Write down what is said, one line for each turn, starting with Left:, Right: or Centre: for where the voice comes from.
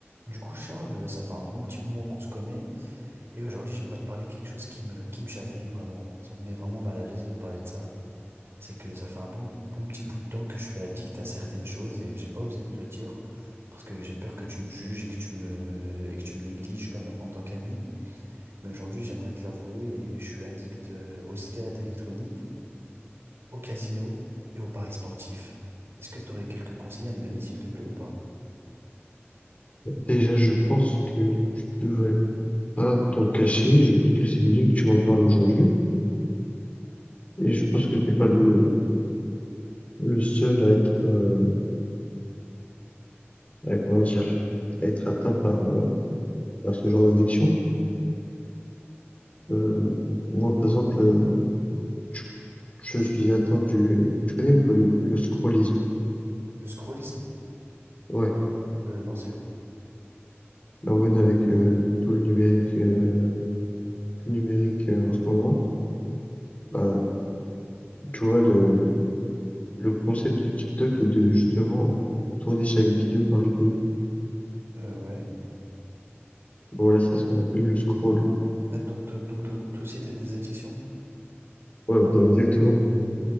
Right: Du coup, Charles, ça fait un bon petit moment qu'on se connaît et aujourd'hui, j'aimerais te parler quelque chose qui me, qui me chagrine vraiment. Ça me met vraiment mal à l'aise de te parler de ça. C'est que ça fait un bon, bon petit bout de temps que je suis addict à certaines choses et j'ai pas osé te le dire parce que j'ai peur que tu me juges et que tu me, et que tu me négliges comme en tant qu'ami. Mais aujourd'hui, j'aimerais te l'avouer et je suis addict euh, aux cigarettes électroniques, au casino et aux paris sportifs. Est-ce que tu aurais quelques conseils à me donner, s'il te plaît, ou pas?
Left: Déjà, je pense que tu devrais pas t'en cacher. Je pense que c'est bien que tu m'en parles aujourd'hui. Et je pense que t'es pas le, le seul à être, euh, à, comment dire, à être atteint par, euh, par ce genre d'addiction. Euh, moi, par exemple, euh, tu- je suis atteint du, tu connais ou pas le, le scrollisme?
Right: Le scrollisme?
Left: Ouais.
Right: Euh, non, c'est quoi?
Left: En mode avec euh, tout le numérique, euh, tout le numérique euh, en ce moment. Bah, tu vois, le, le concept de TikTok est de justement tourner chaque vidéo par vidéo
Right: Euh, ouais.
Left: Voilà, c'est ce qu'on appelle le scroll.
Right: Ah, donc, toi- donc toi toi aussi, tu as des addictions?
Left: Ouais, voilà, exactement.